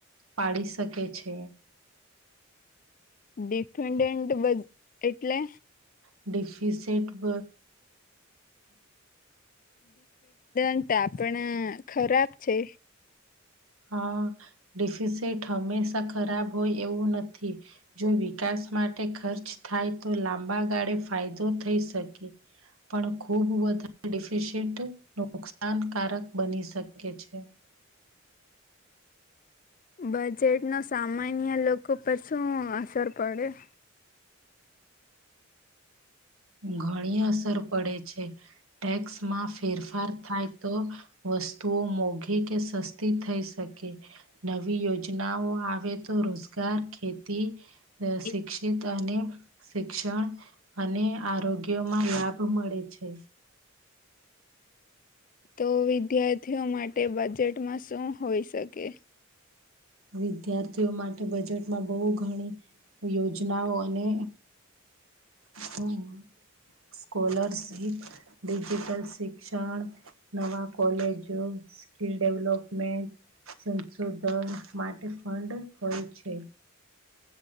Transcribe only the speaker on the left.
ડિફેન્ડન્ટ બ એટલે
<unintelligible> આપણા ખરાબ છે
બજેટ નો સામાન્ય લોકો પર શું અસર પડે <inaudible>
ટેક્સમાંથી
તો વિદ્યાર્થીઓ માટે બજેટમાં શું હોઈ શકે